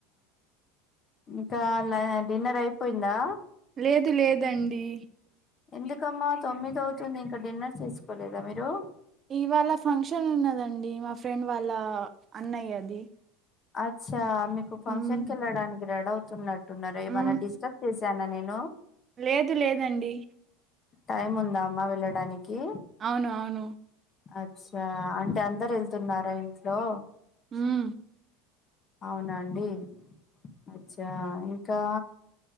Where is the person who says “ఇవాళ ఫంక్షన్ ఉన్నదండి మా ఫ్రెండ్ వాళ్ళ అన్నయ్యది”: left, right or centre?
Right